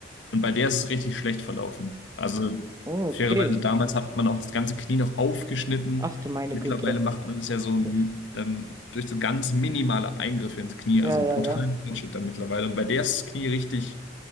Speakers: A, on the left; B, on the right.
A: und bei der ist es richtig schlecht verlaufen. Also
B: Oh,
A: fairerweise
B: okay.
A: damals hat man auch das ganze Knie noch aufgeschnitten.
B: Ach du meine
A: Mittlerweile
B: Güte.
A: macht man es ja so
B: Ja,
A: ähm, durch so ganz minimale Eingriffe ins Knie,
B: ja,
A: also brutalen
B: ja.
A: Fortschritt da mittlerweile. Und bei der ist das Knie richtig